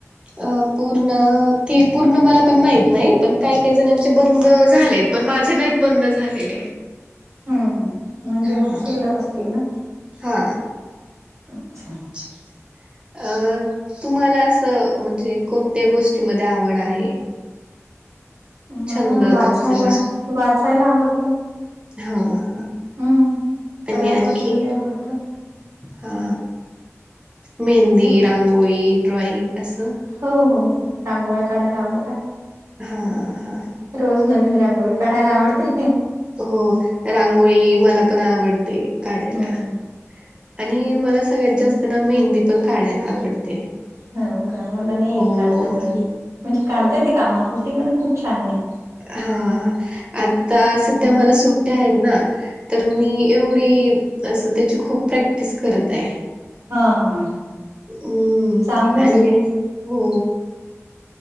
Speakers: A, on the right; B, on the right.
A: अ पूर्ण, ते पूर्ण मला पण माहत नाही पण काही काही जणांमचे बंद झालेत. पण माझे नाही बंद झालेले.
B: हम्म हम्. म्हणजे
A: हा
B: मग शिल्लक असतील ना?
A: हा.
B: अच्छा!
A: अच्छा! अ तुम्हाला असं म्हणजे कोणत्या गोष्टीमध्ये आवड आहे?
B: मला
A: छंद
B: वाचायला
A: तुमचा
B: वाचायला आवडतं.
A: हा हा.
B: हम्म कलाकौशल्य
A: आणि आणखी?
B: आवडतं
A: हा. मेहंदी,
B: तुला
A: रांगोळी, ड्रॉईंग, असं.
B: हो हो. रांगोळ्या काढायला आवडतात.
A: हा हा.
B: रोज नवीन रांगोळी काढायला आवडते.
A: हो रांगोळी मला पण आवडते काढायला.
B: हम्म
A: आणि मला सगळ्यात जास्त ना मेहंदी पण काढायला आवडते.
B: हो का मला नाही
A: हो
B: येत काढता मेहंदी. म्हणजे काढतायेत कामापुरती पण खूप छान नाही.
A: हा हा आता सध्या मला सुट्ट्या आहेत ना. तर मी एवढी असं त्याची खूप प्रॅक्टिस करत आहे.
B: हा हा.
A: हम्म
B: चांगलंय ना
A: आणि हो